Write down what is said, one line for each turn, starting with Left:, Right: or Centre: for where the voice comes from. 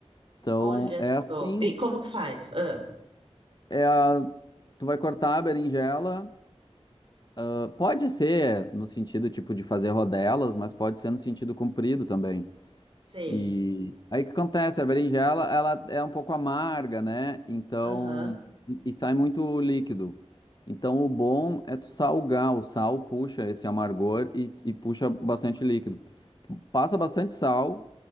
Left: Então,
Right: Olha
Left: é
Right: só.
Left: assim,
Right: E como que faz? Ah,
Left: é a, tu vai cortar a berinjela. ah, Pode ser no sentido tipo de fazer rodelas, mas pode ser no sentido comprido também.
Right: sei.
Left: E aí o que acontece? A berinjela, ela é um pouco amarga, né? Então,
Right: Aham.
Left: e e sai muito líquido. Então, o bom é tu salgar. O sal puxa esse amargor e, e puxa bastante líquido. Tu passa bastante sal,